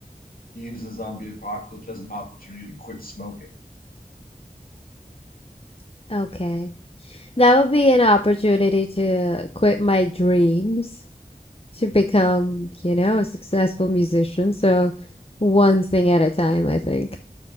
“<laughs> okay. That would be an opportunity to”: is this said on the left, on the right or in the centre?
Left